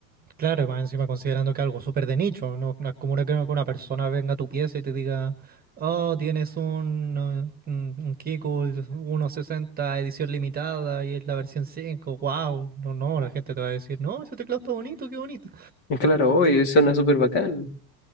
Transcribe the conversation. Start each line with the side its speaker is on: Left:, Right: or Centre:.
Right: claro, y más encima considerando que algo súper de nicho, no, no es como una- que una persona venga a tu pieza y te diga, oh, tienes un, eh, un, un Kegel 1.60 edición limitada y es la versión 5. wow, no, no, la gente te va a decir, no, ese teclado está bonito, qué bonito.
Left: Y claro, hoy suena súper bacán.